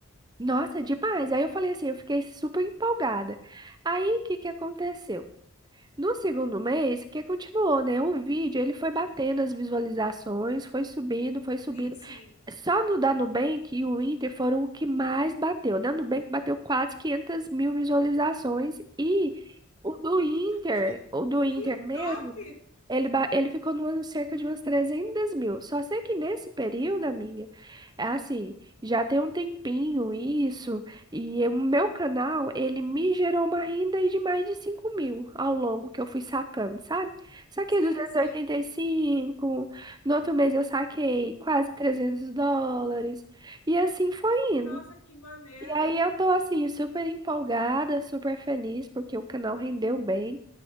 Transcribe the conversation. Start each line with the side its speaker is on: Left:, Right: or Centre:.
Right: Nossa, demais. Aí eu falei assim, eu fiquei super empolgada. Aí, o que que aconteceu? No segundo mês, que continuou, né? O vídeo, ele foi batendo as visualizações, foi subindo, foi subindo.
Left: Sim, sim.
Right: Só no da Nubank e o Inter foram o que mais bateu. O da Nubank bateu quase 500 mil visualizações e o do Inter,
Left: Que,
Right: o do Inter
Left: que
Right: mesmo.
Left: top!
Right: Ele, ba- ele ficou no ano cerca de umas 300 mil. Só sei que nesse período, amiga, é assim, já tem um tempinho isso, e o meu canal, ele me gerou uma renda aí de mais de 5 mil ao longo que eu fui sacando, sabe? Saquei
Left: Sim,
Right: duzentos
Left: sim.
Right: e oitenta e cinco no outro mês eu saquei quase 300 dólares, e assim foi
Left: Nossa,
Right: indo.
Left: que maneiro.
Right: E aí eu tô assim, super empolgada, super feliz, porque o canal rendeu bem.